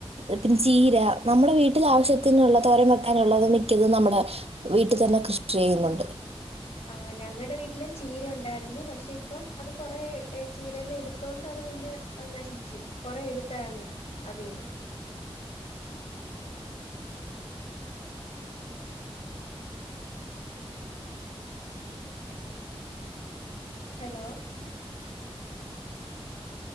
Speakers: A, on the right; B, on the left.
A: ഒത്തിരി ചീര നമ്മുടെ വീട്ടിൽ ആവശ്യത്തിനുള്ള തോരൻ വെക്കാനുള്ളത് മിക്കതും നമ്മുടെ വീട്ടിതന്നെ കൃഷി ചെയ്യുന്നുണ്ട്.
B: ആഹ് ഞങ്ങടെ വീട്ടിലും ചീര ഉണ്ടായിരുന്നു പക്ഷെ ഇപ്പം അത് കൊറെ എ ചീരെല എടുത്തോണ്ട് അത് പിന്നെ അത് നശിച്ച് കൊറെ എടുത്തായിന്നു അതീന്ന് ഹലോ